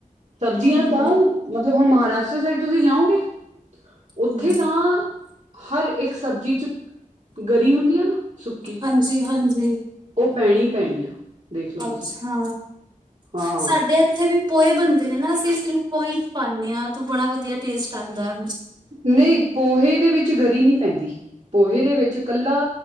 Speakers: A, on the right; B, on the right.
A: ਸਬਜ਼ੀਆਂ
B: ਹੂੰ,
A: ਤਾਂ ਮਤਲਬ ਹੁਣ ਮਹਾਰਾਸ਼ਟਰ ਸਾਈਡ ਤੁਸੀਂ ਜਾਓਗੇ। ਉੱਥੇ
B: ਹੂੰ,
A: ਤਾਂ ਹਰ ਇੱਕ ਸਬਜ਼ੀ ਚ, ਗਰੀ ਹੁੰਦੀ ਹੈ ਨਾ ਸੁੱਕੀ
B: ਹਾਂਜੀ- ਹਾਂਜੀ।
A: ਉਹ ਪੈਣੀ ਹੀ ਪੈਣੀ ਆ। ਦੇਖਲੋ ਤੁਸੀਂ
B: ਅੱਛਾ,
A: ਹਾਂ
B: ਸਾਡੇ ਇੱਥੇ ਵੀ ਪੋਹੇ ਬਣਦੇ ਨੇ ਨਾ, ਅਸੀਂ ਸਿਰਫ ਪੋਹੇ ਚ ਪਾਂਦੇ ਹਾਂ। ਤੂੰ ਬੜਾ ਵਧੀਆ ਟੇਸਟ ਆਉਂਦਾ।
A: ਨਹੀਂ ਪੋਹੇ ਦੇ ਵਿੱਚ, ਗਰੀ ਨਹੀਂ ਪੈਂਦੀ। ਪੋਹੇ ਦੇ ਵਿੱਚ ਕੱਲਾ,